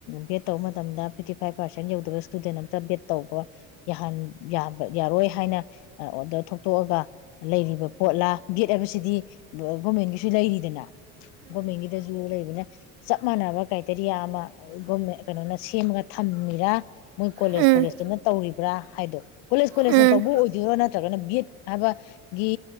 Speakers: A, on the left; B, on the right.
A: ꯕꯦꯠ ꯇꯧꯕ ꯃꯇꯝꯗ ꯐꯤꯞꯇꯤ ꯐꯥꯏꯚ ꯄꯥꯔꯁꯦꯟ ꯌꯧꯗꯕ ꯏꯁꯇꯨꯗꯦꯟ ꯑꯝꯇ ꯕꯦꯠ ꯇꯧꯕ ꯌꯥꯍꯟ ꯌꯥꯕ ꯌꯥꯔꯣꯏ ꯍꯥꯏꯅ ꯑꯣꯔꯗꯔ ꯊꯣꯛꯇꯣꯛꯑꯒ ꯂꯩꯔꯤꯕ ꯄꯣꯠꯂꯥ ꯕꯦꯠ ꯍꯥꯏꯕꯁꯤꯗꯤꯕꫭ ꯒꯣꯔꯃꯦꯟꯒꯤꯁꯨ ꯂꯩꯔꯤꯗꯅ ꯒꯣꯔꯃꯦꯟꯒꯤꯗꯁꯨ ꯂꯩꯕꯅ ꯆꯞ ꯃꯥꯟꯅꯕ ꯀ꯭ꯔꯥꯏꯇꯦꯔꯤꯌꯥ ꯑꯃ ꯒꫭꯃꯦꯟ ꯑ ꯀꯩꯅꯣꯅ ꯁꯦꯝꯃ ꯊꯝꯃꯤꯔꯥ ꯃꯣꯏ ꯀꯣꯂꯦꯖ
B: ꯎꯝ ꯎꯝ
A: ꯀꯣꯂꯦꯖꯇꯨꯅꯒ ꯇꯧꯔꯤꯕ꯭ꯔꯥ ꯍꯥꯏꯗꯣ ꯀꯣꯂꯦꯖ ꯀꯣꯂꯦꯖꯅ
B: ꯎꯝ
A: ꯇꯧꯕ ꯑꯣꯏꯗꯣꯏꯔꫭ ꯅꯠꯇ꯭ꯔꯒ ꯕꯤ ꯑꯦꯠ ꯍꯥꯏꯕ ꯒꯤ